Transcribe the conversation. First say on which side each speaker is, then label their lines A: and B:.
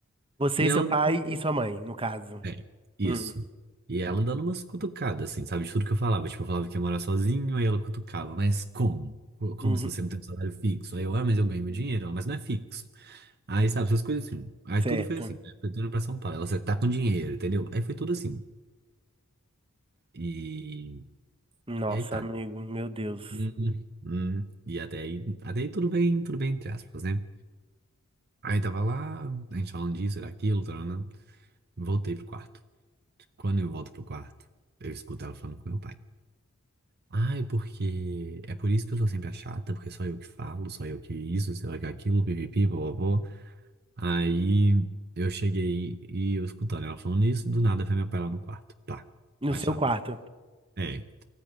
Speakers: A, on the right; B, on the right.
A: você,
B: E
A: seu
B: ela,
A: pai e sua mãe, no caso.
B: é, isso.
A: Hum,
B: E ela dando umas cutucadas, assim, sabe? De tudo que eu falava. Tipo, eu falava que ia morar sozinho, aí ela cutucava. Mas como? Como
A: uhum,
B: se você não tem um salário fixo? Aí eu, ah, mas eu ganho meu dinheiro. Ela, mas não é fixo. Aí, sabe, essas coisas assim. Aí
A: certo.
B: tudo foi assim, né? Foi tudo indo pra São Paulo. Ela, você tá com dinheiro, entendeu? Aí foi tudo assim. E,
A: Nossa,
B: e aí tá.
A: amigo, meu Deus.
B: Hum, hum. E até aí, até aí tudo bem, tudo bem, entre aspas, né? Aí tava lá, a gente falando disso, era aquilo, taranã. Voltei pro quarto. Quando eu volto pro quarto, eu escuto ela falando com meu pai. Ah, é porque. É por isso que eu sou sempre a chata, porque só eu que falo, só eu que isso, só eu que aquilo, pipipi, vovó. Aí eu cheguei e eu escutando ela falando isso, do nada vai meu pai lá no quarto. Pá,
A: No
B: bate
A: seu
B: na
A: quarto.
B: porta. É.